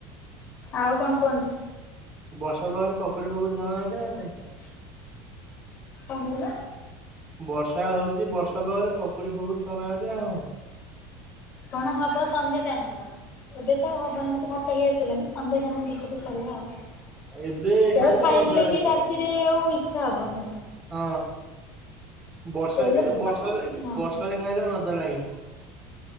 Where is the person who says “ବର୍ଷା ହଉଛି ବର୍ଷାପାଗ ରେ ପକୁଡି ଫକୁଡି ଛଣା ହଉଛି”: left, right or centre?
Right